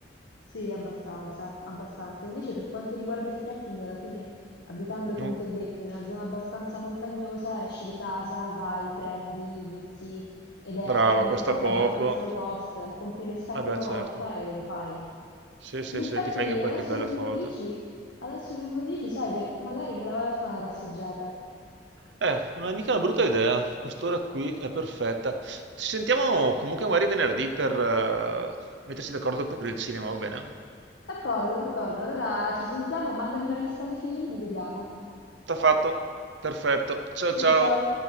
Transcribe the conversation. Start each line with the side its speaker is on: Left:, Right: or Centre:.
Left: Sì, abbastanza, abbastanza. Invece per quanto riguarda il trekking, alla fine, abitando, come
Right: Non-
Left: ti ho detto, in una zona abbastanza montagnosa, esci di casa, vai, prendi, inizi ed è
Right: Brava,
Left: uno
Right: costa
Left: sport
Right: poco.
Left: abbastanza low cost, compri le scarpe
Right: Vabbè,
Left: una
Right: certo.
Left: volta e lo fai.
Right: Sì, sì,
Left: In effetti,
Right: sì, ti fai anche qualche
Left: adesso
Right: bella
Left: che me
Right: foto.
Left: lo dici, adesso che me lo dici, sai che magari me la vado a fare una passeggiata.
Right: Eh, non è mica una brutta idea. Quest'ora qui è perfetta. Ci sentiamo comunque magari venerdì per eh, metterci d'accordo per il cinema, va bene?
Left: D'accordo, d'accordo. Allora ci sentiamo, mandami la lista dei film e vediamo.
Right: Sta fatto. Perfetto. Ciao
Left: Ciao
Right: ciao.
Left: ciao.